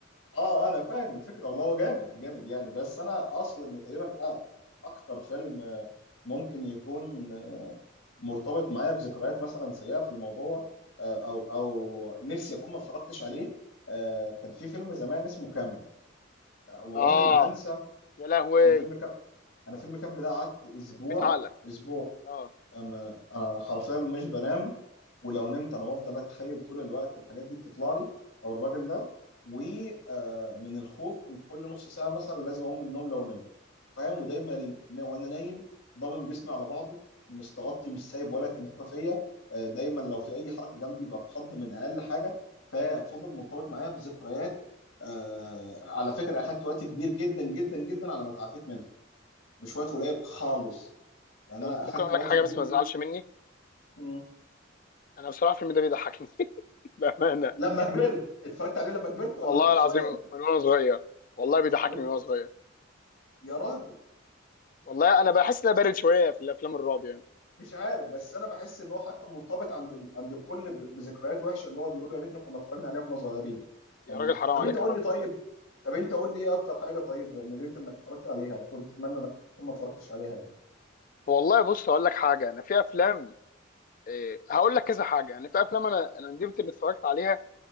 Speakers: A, on the left; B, on the left.
A: آه، انا فاهم الفكره والله هو جامد جامد يعني بس انا اقصد ان تقريبا آه اكتر فيلم آه، ممكن يكون آه، مرتبط معايا بذكريات مثلا سيئه في الموضوع آه، او او نفسي اكون ما اتفرجتش عليه آه، كان في فيلم زمان اسمه كام آه، وعمري
B: اه
A: ما هنسى
B: يا لهوي
A: انا فيلم انا فيلم كامب ده قعدت اسبوع
B: ربيت عقلك
A: اسبوع
B: اه
A: أما انا حرفيا مش بنام ولو نمت انا بفضل اتخيل طول الوقت الحاجات دي بتطلع لي او الراجل ده ومن الخوف كنت كل نص ساعه مثلا لازم اقوم من النوم لو نمت فاهم ودايما نا- وانا نايم ضامم جسمي على بعضه مستغطي مش سايب ولا تنتفه فيا آه، دايما لو في اي حركه جنبي بتخض من اقل حاجه ففضل مرتبط معايا بذكريات آه، على فكره اخدت وقت كبير جدا جدا جدا على ما تعافيت منها بشوية قليل خالص يعني
B: طب
A: انا اخدت
B: ممكن اقول
A: وقت
B: لك حاجه
A: كبير
B: بس
A: جدا
B: ما تزعلش مني
A: مم.
B: انا بصراحه الفيلم ده بيضحكني <laughs> بامانه
A: لما كبرت اتفرجت عليه لما كبرت ولا
B: والله
A: وانت
B: العظيم
A: صغير
B: من وانا صغير والله بيضحكني
A: وانت
B: من وانا صغير
A: يا راجل
B: والله انا بحس ان أنا بارد شويه في الافلام الرعب يعني
A: مش عارف بس انا بحس ان هو حتى مرتبط عند ال... عند الكل ب... بذكريات وحشه اللي هو بيقولوا يا ريتنا كنا اتفرجنا عليه واحنا صغيرين
B: يا
A: يعني
B: راجل حرام
A: طب
B: عليك
A: انت قول
B: يا راجل
A: لي طيب
B: ده-
A: طب انت قول لي ايه اكتر حاجه طيب ندمت انك اتفرجت عليها كنت اتمنى انك تكون ما اتفرجتش عليها يعني
B: والله بص هقول لك حاجه انا في افلام إيه هقول لك كذا حاجه يعني في افلام انا انا ندمت اني اتفرجت عليها